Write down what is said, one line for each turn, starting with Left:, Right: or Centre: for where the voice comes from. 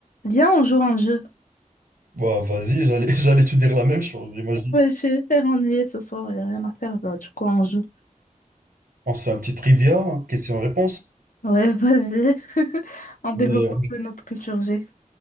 Left: Viens, on joue à un jeu.
Right: Bah, vas-y, j'allais, <laughs> j'allais te dire la même chose, imagine.
Left: Ouais, je suis hyper ennuyée ce soir, il n'y a rien à faire, bah, du coup, on joue.
Right: On se fait un petit trivia, hein, question-réponse.
Left: Ouais, vas-y. <laughs> On développe
Right: Euh,
Left: un peu notre culture G.